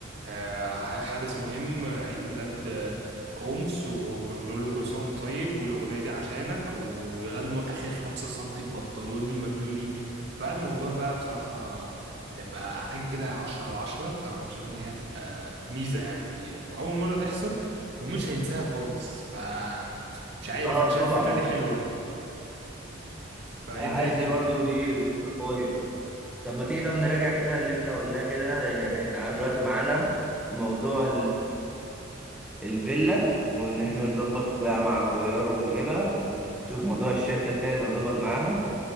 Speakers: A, on the right; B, in the centre.
A: آه، حدث مهم آه، عيد ميلاد آه، أمس ونقول له كل سنة وأنت طيب والأغنية دي عشانك ويغنوا آخر خمسة سنتي في بنطلوني مبلولين بقى الموضوع بقى بصراحة يبقى حاجة كده عشرة على عشرة بصراحة أنا شايف إن هي هتبقى ميزة يعني أول مرة تحصل ومش هينساها خالص ف مش عارف
B: اه
A: أنا شايف
B: طبعا
A: الفكرة دي حلوة فأنت
B: انا حاسس
A: إيه الدنيا؟
B: دي برضو دي تبقى قويه طب ما تيجي طب نراجع كده اللي احنا قلناه كده يعني احنا دلوقتي معانا موضوع الفيلا وان احنا نظبط فيها مع الجيار ونجيبها ونشوف موضوع الشركة كده يبقى نظبط معاهم